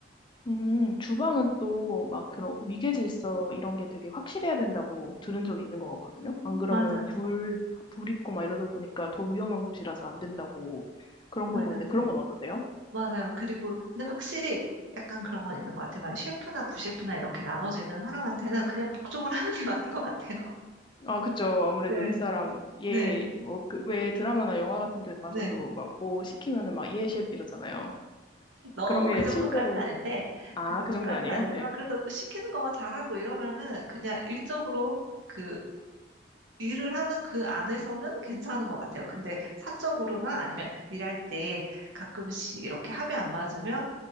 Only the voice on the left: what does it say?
음, 주방은 또 막 그런 위계질서 이런 게 되게 확실해야 된다고 들은 적이 있는 것 같거든요.
안 그러면
불, 불 있고 막 이러다 보니까 더 위험한 곳이라서 안 된다고 그런
거 있는데 그런 건 어떠세요?
아, 그쵸. 아무래도
윗사람, 얘,
뭐, 그, 왜 드라마나 영화 같은 데 봐서도
막 뭐 시키면은 막 예, 셰프 이러잖아요.
그런 게
실제로,
아,
그 정도는 아니에요?
네.